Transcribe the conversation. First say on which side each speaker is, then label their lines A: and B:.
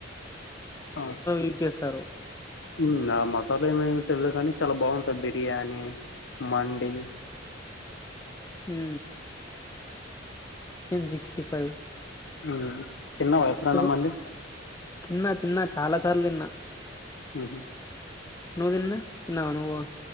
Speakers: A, on the left (about 75°); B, on the left (about 15°).
A: ఆ
B: యూజ్ చేస్తారు
A: హు ఆ మసాలా ఏమేమి తెలియదు కాని చాలా బాగుంటుం బిర్యానీ మండి
B: హు చికెన్ సిక్స్టీ ఫైవ్
A: లేదు తిన్నావా ఎప్పుడు అన్న
B: ఒక
A: మండి
B: తిన్నా తిన్నా చాలా సార్లు తిన్నా
A: ఆహా
B: నువ్వు తిన్న తిన్నావా నువ్వు